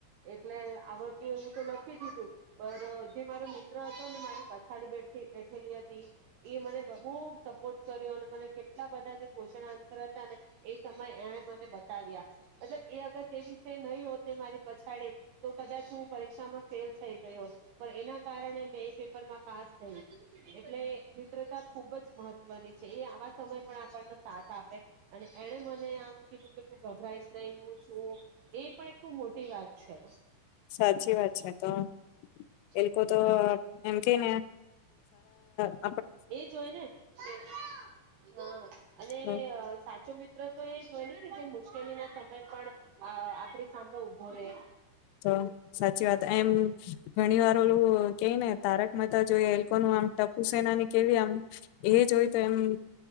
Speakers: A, on the right; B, on the left.
A: એટલે આવડતી એ હું તો લખી દીધું પર જે મારો મિત્ર હતો ને મારી પછાડી બેઠેલી હતી એ મને બહુ સપોર્ટ કર્યો અને મને કેટલા બધા જે ક્વેશ્ચન આન્સર હતા ને એ સમયે એણે મને બતાવ્યા મતલબ એ અગર તે વિશે નહી હોતે મારી પછાડી તો કદાચ હું પરીક્ષામાં ફેલ થઈ ગયો પણ એના કારણે મેં એ પેપરમાં પાસ થય એટલે મિત્રતા ખુબ જ મહત્વની છે એ આવા સમય પણ આપણનો સાથ આપે અને એણે મને આમ કીધું કે તું ગભરાઈશ ન હું છું એ પણ એક ખ મોટી વાત છે
B: સાચી વાત છે તો એ લોકો
A: હમ
B: તો એમ કે ને ત
A: એ જો હોય ને હ અને
B: આપે.
A: સાચો મિત્ર તો એ જોઈ જે મુશ્કેલી ના સમય પણ આપડી સામે ઉભો રહેે
B: તો સાચી વાત એમ ઘણી વાર ઓલું કે ને તારક મતા જોઈ એ લોકોનું આમ ટપુ સેના ની કેવી આમ એ જોય તો એમ